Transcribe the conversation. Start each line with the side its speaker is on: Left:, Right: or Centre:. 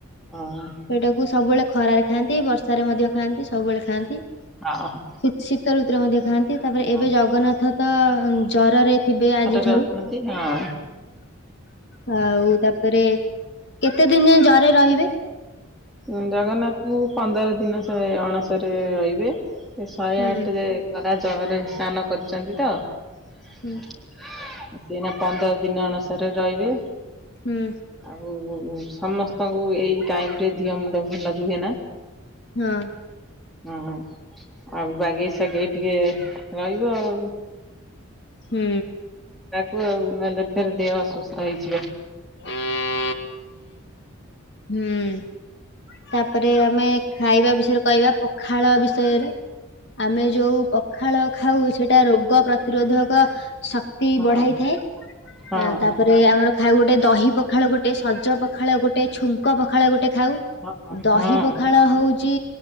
Centre: ହଁ
Left: ଏଟାକୁ ସବୁବେଳେ ଖରାରେ ଖାଆନ୍ତି, ବର୍ଷାରେ ମଧ୍ୟ ଖାଆନ୍ତି ସବୁବେଳେ ଖାଆନ୍ତି।
Centre: ଆ ଅହ।
Left: ଶୀ- ଶୀତ ଋତୁରେ ମଧ୍ୟ ଖାଆନ୍ତି ତାପରେ
Centre: ହଁ
Left: ଏବେ ଜଗନ୍ନାଥ ତ ଉଁ ଜର ରେ ଥିବେ ଆଜିଠାରୁ।
Centre: ରେ ଅଛନ୍ତି ହଁ।
Left: <inaudible> ଆଉ ତାପରେ କେତେ ଦିନ ଯାଏଁ ଜରେ ରହି ବେ।
Centre: ଉଁ ଜଗନ୍ନାଥଙ୍କୁ ପନ୍ଦର ଦିନ ଯା ଅଣସରରେ ରହିବେ। ଶହେ
Left: ହୁଁ
Centre: ଆଠରେ ଗରା ଜଳରେ ସ୍ନାନ କରିଛନ୍ତି ତ।
Left: ହୁଁ
Centre: <inaudible> ଏଇନା ପନ୍ଦର ଦିନ ଅଣସରରେ ରହିବେ।
Left: ହୁଁ
Centre: ଆଉ ସମସ୍ତଙ୍କୁ ଏଇ ଟାଇମ୍ ଟିଏ ଧିଅ ମୁଣ୍ଡ ଭଲ ରୁହେ ନା।
Left: ହଁ।
Centre: ହଁ ଆଉ ବାଗେଇ ସାଗେଇ ଟିକେ ରହିବ ଆଉ।
Left: ହୁଁ।
Centre: କୁ ଆଉ ନହେଲେ ଫେରେ ଦେହ ଅସୁସ୍ଥ ହେଇଯିବ।
Left: ଉୁଁ। ହୁଁ ତାପରେ ଆମେ ଖାଇବା ବିଷୟରେ କହିବା ପଖାଳ ବିଷ୍ ସୟରେ। ଆମେ ଯୋଉ ପଖାଳ ଖାଉ ସେଟା ରୋଗ ପ୍ରତିରୋଧକ ଶକ୍ତି
Centre: ହଁ
Left: ବଢାଇଥାଏ।
Centre: ହଁ
Left: ଆଁ- ତାପରେ ଆମର ଖାଉ ଗୋଟେ ଦହି ପଖାଳ ଗୋଟେ, ସଜ ପଖାଳ ଗୋଟେ। ଛୁଙ୍କ ପଖାଳ ଗୋଟେ ଖାଉ
Centre: ହଁ ହଁ
Left: ଦହି
Centre: ହଁ।
Left: ପଖାଳ ହଉଚ଼ି